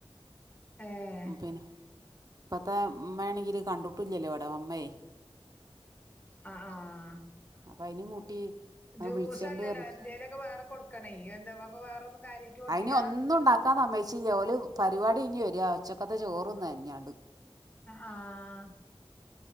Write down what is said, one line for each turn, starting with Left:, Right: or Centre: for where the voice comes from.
Left: ഏഹ്
Right: <unintelligible> ഇപ്പത്തെ മ്മേണെങ്കില് കണ്ട്ട്ടുല്ലല്ലോ വടെ. മ്മേയ്.
Left: ആഹ് ആഹ്
Right: അപ്പയ്നിം കൂട്ടി. ആ
Left: ജ്യൂസ്
Right: വിളിച്ചണ്ട്
Left: അല്ലല്ലോ
Right: പറഞ്ഞു
Left: എന്ത്യേലൊക്കെ വേറെ കൊടുക്കണ്യ എന്താ അപ്പൊ വേറൊന്നും കാര്യായിട്ട് കൊടുത്തില്ല
Right: അതിന് ഒന്നും ഉണ്ടാക്കാൻ സമ്മേയിച്ചില്ല ഓല് പരിപാടി ഇനി വരിക ഉച്ചക്കത്തെ ചോറന്ന അരിഞ്ഞാണ്ട്
Left: ആഹ്